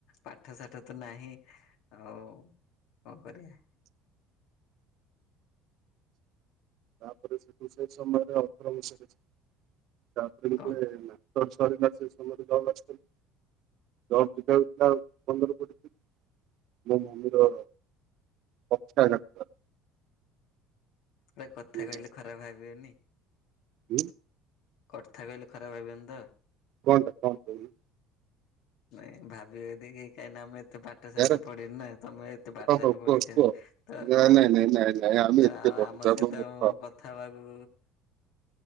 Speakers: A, on the left; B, on the right.
A: ପାଠ ସାଠ ତ ନାହିଁ ଆଉ କଣ କରିବା?
B: ତାପରେ ସେଠୁ ସେ ସମୟରେ ଅକ୍ଷର ହୋଇସାରଛି ତାପରେ
A: କଣ
B: ଟିକେ ସରିଲା ସେ ସମୟରେ ଜବ୍ ଆସିଥିଲା ଜବ ଯିବାକୁଥିଲା ପନ୍ଦର କୋଡିଏ ଦିନ ମୋ ଭଉଣୀର ପକ୍ଷାଘାତ।
A: ଗୋଟେ କଥା
B: ହେଲା।
A: କହିଲେ ଖରାପ ଭାବିବେନି?
B: ହୁଁ।
A: କଥା କହିଲେ ଖରାପ ଭାବିବେନି ତ?
B: କଣଟା କଣ କହୁନୁ?
A: ନାଇଁ ଭାବିିବେ ଯଦି କାଇ ନା ଆମେ ଏତେ ପା ପାଠ ସାଠ
B: ୟାର
A: ପଢିନୁ ନା ତମେ ଏତେ ପାଠ
B: ହଁ
A: ସାଠ
B: ହଉ
A: ପଢିଛ
B: କୁହ କୁହ।
A: ତ
B: ନାଇଁ ନାଇଁ ନାଇଁ ନାଇଁ ନାଇଁ ଆମେ
A: ତ
B: ଏତେ ବଡ
A: ଆମ ସହିତ
B: ମୂର୍ଖ।
A: କଥା ହବାକୁ